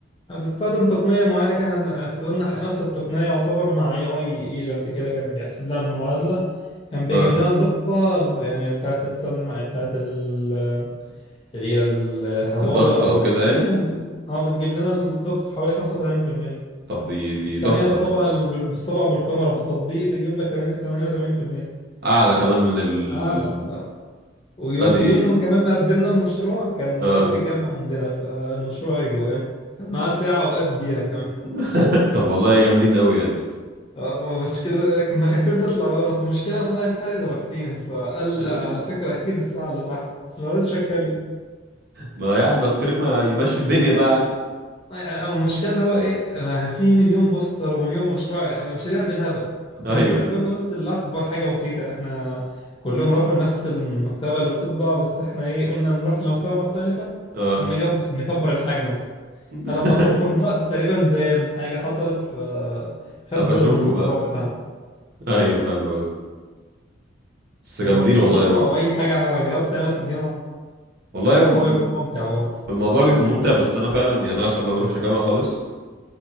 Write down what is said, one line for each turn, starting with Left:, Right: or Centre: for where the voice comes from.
Left: هتستخدم تقنية معينة كده احنا استخدمنا نفس التقنية يعتبر مع اي اي ايجنت كده كان بيحسب لنا بالمعادلة كان بيجيب
Right: اه
Left: لنا الدقة ب- يعني بتاعة السمع بتاعة ال اللي هي الهواوي
Right: الضغط
Left: أو
Right: او كده
Left: ضعيفهم
Right: يعني
Left: اه بتجيب لنا الدقة حوالي 35%
Right: طب دي دي
Left: التانية
Right: تحفة
Left: الصبع
Right: يعني
Left: ال- بالصبع بالكاميرا بالتطبيق بيجيب لك 88%
Right: اعلى كمان من ال
Left: أعلى ف... ويوم
Right: آه دي
Left: ما كمان قدمنا المشروع كان
Right: اه
Left: رئيس الجامعة عندنا فالمشروع اجوا يعني كان معاه ساعة وقاس بيها كمان
Right: <laughs> طب والله جامدين اوي يعني
Left: آه، بس كده كنا خايفين تطلع غلط المشكلة طلعت فرق درجتين فقال
Right: <laughs> ال-
Left: على فكرة أكيد الساعة اللي صح بس ما رضيتش أتكلم
Right: ما يعني دكتور ما يمشي الدنيا بقى عادي
Left: يعني المشكلة اللي هو إيه يعني في مليون بوستر ومليون مشروع يعني مشاريع بالهبل كان
Right: ايوه
Left: بوسترنا
Right: ايوه
Left: بس اللي أكبر حاجة بسيطة يعني إحنا كلهم راحوا لنفس المكتبة اللي بتطبع بس إحنا إيه قلنا نروح لمكتبة مختلفة
Right: اه
Left: عشان نجب... نكبر الحجم بس
Right: <laughs>
Left: فلما كبرناه تقريبا بان حاجة حصلت فخد
Right: قفشوكوا
Left: ضرر من المشروع
Right: بقى
Left: بتاعنا
Right: ايوه فاهم قصدي بس جامدين
Left: فما فيش
Right: والله
Left: مشروع
Right: أوي
Left: أو أي حاجة جاوبت تعملها في الجامعة
Right: والله يوم-
Left: الموضوع بيكون ممتع برضه
Right: الموضوع بيكون ممتع بس انا فعلا يعني انا عشان ما بروحش جامعة خالص